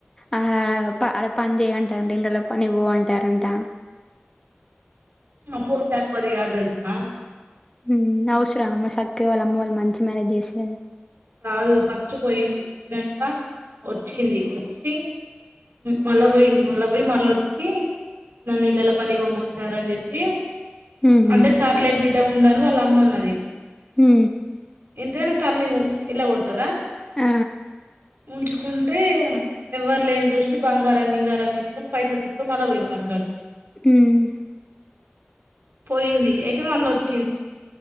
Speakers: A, on the left; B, on the right.
A: ఆ ఆప్ప ఆడ పని జయ్ అంటరంట ఇళ్లల్లో పని వో అంటరంట
B: ఆ పోర్ తక్వదిగాద్ దెలుసా
A: హ్మ్ అవసరం అమ్మ సక్కగా వాళ్ళ అమ్మ వాళ్ళు మంచి మ్యారేజ్ జేస్సే
B: కాదు ఫస్ట్ బొయింది పోయినంక ఒచ్చింది ఒచ్చి మళ్ళా బోయింది మళ్ళా బొయి మళ్ళ ఒచ్చి నన్ను ఇళ్లల పనికి పొమ్మంటార్రు అని చెప్పి
A: కదా
B: అంటే సర్లే బిడ్డ ఉండు అని వాళ్ళ అమ్మన్నది
A: హూ
B: ఎంతైనా తల్లి ఉ ఎల్లగొడతదా
A: ఆ
B: ఉంచుకుంటే ఎవ్వరు లేంది చూసి బంగారం గింగారం తీసుకొని పైసలు తీసుకొని మళ్ళ వోయింది వాళ్ళ కాడికి
A: ఊహ్
B: పోయింది అయితే మళ్ళొచ్చి